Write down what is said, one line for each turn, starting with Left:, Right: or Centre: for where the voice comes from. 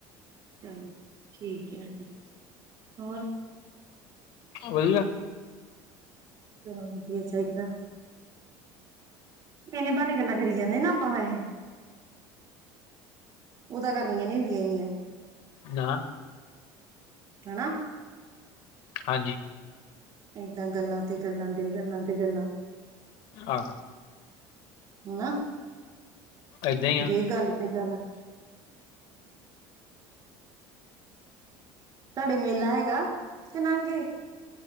Right: ਚੱਲ ਠੀਕੈ ਫਿਰ ਹੋਰ?
Left: ਵਯੀਆ।
Right: ਚਲੋਂ ਵਧੀਆ ਚਾਈਦਾ। ਇੰਨੇ ਭਾਣੇ ਗੱਲਾਂ ਕਰੀ ਜਾਣੇ ਨਾ ਆਪਾਂ ਵੈਹੇ। ਔ ਤਾਂ ਕਰਨੀਆਂ ਨੀ ਹੁੰਦੀਆਂ ਏਨੀਆਂ।
Left: ਨਾ।
Right: ਹਨਾ।
Left: ਹਾਂਜੀ।
Right: ਏਦਾਂ ਗੱਲਾਂ ਤੇ ਗੱਲਾਂ ਦੇ ਗੱਲਾਂ ਤੇ ਗੱਲਾਂ।
Left: ਆਹ।
Right: ਨਾ
Left: ਏਦਾਂ ਹੀ ਆ
Right: ਦੇ ਗੱਲ ਤੇ ਗੱਲ। ਤਾਡੇ ਮੇਲਾ ਹੈਗਾ ਕਿ ਨੰਗੇ?